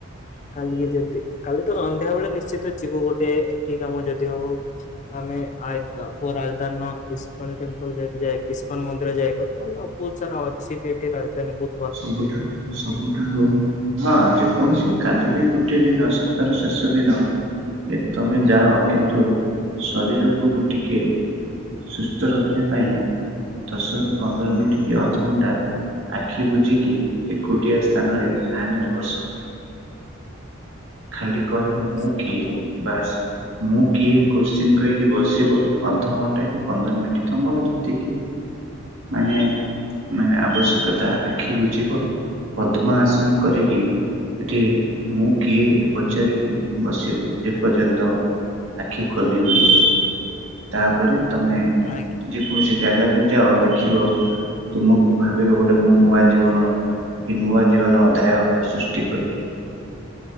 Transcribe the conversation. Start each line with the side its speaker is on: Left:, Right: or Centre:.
Left: କାଲିକି ଯଦି କାଲି ତ ସନ୍ଧ୍ୟା ବେଳେ ନିଶ୍ଚିତ ଯିବୁ ଗୋଟେ ଏଠି କାମ ଯଦି ହବ। ଆମେ ଆ ରାଜଧାନୀର ଇସ୍କନ ଟେମ୍ପଲ ଯଦି ଯାଇ ଇସ୍କନ ମନ୍ଦିର ଯାଇକଥା ଭଲ। ବହୁତ ସାରା ଅଛି ଏଠି ରାଜଧାନୀ ବହୁ
Right: ସବୁଠାରୁ ସବୁଠାରୁ ହଁ ଯେକୌଣସି କାଲି ବି ଗୋଟେ ଦିନ ସପ୍ତାହର ଶେଷ ବଷ ଦିନ ଯେ ତମେ ଯାଅ କିନ୍ତୁ ଶରୀରକୁ ଗୋ ଟିକେ ସୁସ୍ଥ ରଖିବା ପାଇଁ ଦଶରୁ ପନ୍ଦର ମିନିଟ କି ଅଧଘଣ୍ଟା ଆଖି ଏଠ ବୁଝିକି ଏକୁଟିଆ ସ୍ଥାନରେ ଧ୍ୟାନରେ ବସ। ଖାଲି କହିବ
Left: ହଁ
Right: ମୁଁ
Left: ସେଟା
Right: କିଏ
Left: ତ
Right: ବାସ୍ ମୁଁ କିଏ କୋ୍ସଚିନ କହିକି ବସିବ ଅଧଘଣ୍ଟା କି ପନ୍ଦର ମିନିଟ ତମର ଯେତିକି ମାନେ ମାନେ ଆବଶ୍ୟକତା ଆଖି ବୁଜିବ। ପଦ୍ମ ଆସନ କରିକି। ସେଠି ମୁଁ କିଏ ପଚାରିକି ବସିବ ଯେପର୍ଯ୍ୟନ୍ତ। ଆଖି ଖୋଲିବନି ତାପରେ ତମେ
Left: ଆଜ୍ଞା
Right: ଯେ କୌଣସି ଜାଗା। ପୂଜା ଅ ଦେଖିବ ତୁମକୁ ଭାବିବ ଗୋଟେ ମୁ ନୂଆ ଜୀବନ କି ନୂଆ ଜୀବନ ଅଧ୍ୟାୟ ସୃଷ୍ଟି କଲି।